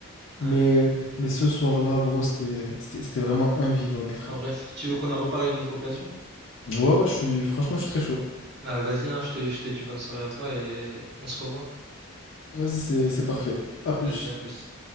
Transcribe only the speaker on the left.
Mais, mais ce soir-là, bro, c'était, c'était, c'était vraiment invivable, frère.
Ouais, ouais, je suis, franchement, je suis très chaud.
Vas-y, c'est, c'est parfait. À plus.